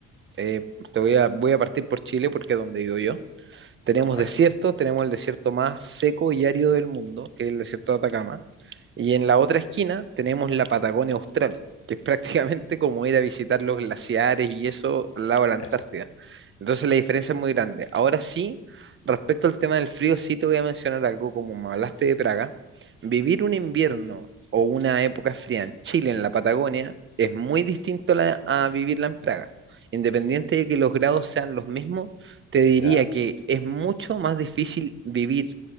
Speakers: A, on the right (about 40°); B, on the left (about 50°).
A: Eh, te voy a, voy a partir por Chile porque es donde vivo yo. Tenemos
B: Perfecto,
A: desiertos, tenemos el desierto más seco y árido del mundo, que es el desierto de Atacama, y en la otra esquina tenemos la Patagonia Austral, que es <laughs> prácticamente como ir a visitar los glaciares y eso al lado de la Antártida.
B: eso,
A: Entonces la diferencia es muy grande. Ahora sí, respecto al tema del frío, sí te voy a mencionar algo, como me hablaste de Praga, vivir un invierno o una época fría en Chile, en la Patagonia, es muy distinto a, la- a vivirla en Praga. Independiente de que los grados sean los mismos, te diría
B: ya,
A: que es mucho más difícil vivir